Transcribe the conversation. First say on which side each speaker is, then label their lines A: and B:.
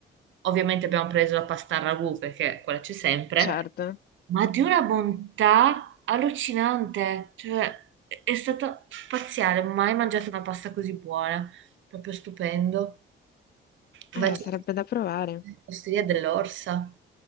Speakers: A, on the right; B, on the left.
A: Ovviamente abbiamo preso la pasta al ragù perché quella c'è sempre
B: certo,
A: ma di una bontà allucinante, cioè è è stato spaziale, mai mangiato una pasta così buona, proprio stupendo. Invece
B: eh, sarebbe da provare.
A: l'osteria dell'Orsa,